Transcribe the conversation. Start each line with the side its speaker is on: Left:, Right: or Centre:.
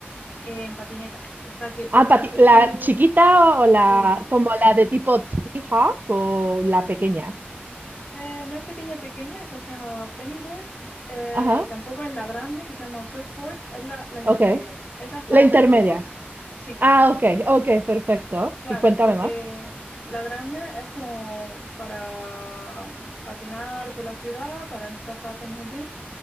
Left: eh, en patineta, esta que tiene,
Right: Ah, pati-
Left: es así,
Right: ¿la chiquita o o
Left: sí.
Right: la, como la de tipo Tony Hawk o la pequeña?
Left: Eh, no es pequeña pequeña, esa se llama pennyboard eh,
Right: Ajá,
Left: y tampoco es la grande que se llama surfboard, es la, la intermedia.
Right: ok.
Left: Esa es para
Right: La intermedia.
Left: hacer trucos. Sí,
Right: Ah, ok, ok, perfecto.
Left: Claro,
Right: Y cuéntame
Left: porque
Right: más.
Left: la grande es como para patinar por la ciudad, para desplazarte muy bien,